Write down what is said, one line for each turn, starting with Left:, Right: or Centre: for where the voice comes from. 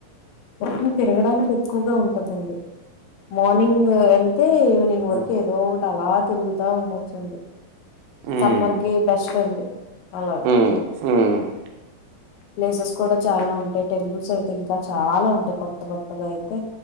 Left: మొత్తం తిరగడానికే ఎక్కువగా ఉంటదండి మార్నింగ్ వెళ్తే ఈవినింగు వరకు
Right: మ్మ్
Left: ఏదో తలాద్ తిరుగుతా ఉండొచ్చండి
Right: మ్మ్
Left: సమ్మర్ కి బెస్ట్ ఫ్రెండ్ హలో
Right: మ్మ్ మ్మ్
Left: ప్లేసెస్ కూడా చాలా ఉంటాయ్. టెంపుల్స్ అయితే ఇంకా చాలా ఉంటాయ్ కొత్త కొత్తగా అయితే